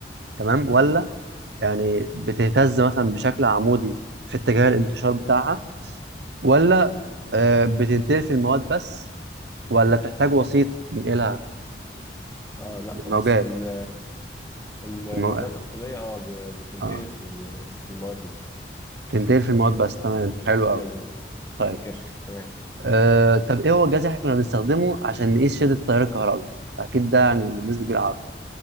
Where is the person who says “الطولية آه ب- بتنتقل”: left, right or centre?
Left